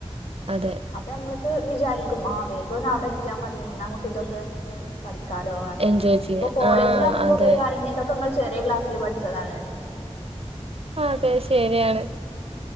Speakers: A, on the right; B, on the left.
A: അതെ
B: അപ്പൊ നമ്മക്ക് വിചാരിക്കും ആ വേഗം ഒന്ന് അവിടെ എത്തിയാ മതിന്ന് നമുക്ക് ഇതൊക്കെഠിക്ക ാലോ
A: എൻജോയ് ചെയ്യാ
B: ഇപ്പോ കോളേജിൽ
A: ആ
B: വന്നപ്പോ
A: അതെ
B: വരു അങ്ങന്തൊക്കെ നിങ്ങൾ ചെറിയ ക്ലാസ്സിൽ പഠിച്ച താണേന്ന്
A: അതെ ശരിയാണ്